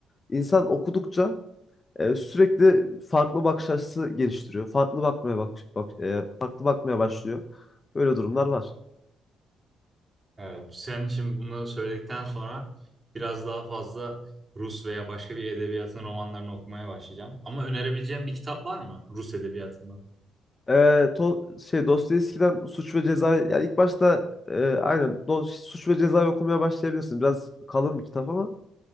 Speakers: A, on the left (about 30°); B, on the right (about 25°).
A: İnsan okudukça e, sürekli farklı bakış açısı geliştiriyor. Farklı bakmaya bak, bak e, farklı bakmaya başlıyor. Böyle durumlar var.
B: Evet. Sen şimdi bunları söyledikten sonra biraz daha fazla Rus veya başka bir edebiyatın romanlarını okumaya başlayacağım. Ama önerebileceğim bir kitap var mı Rus edebiyatından?
A: Ee, to, şey Dostoyevski'den Suç ve Ceza yani ilk başta e, aynen Do- Suç ve Ceza'yı okumaya başlayabilirsin. Biraz kalın bir kitap ama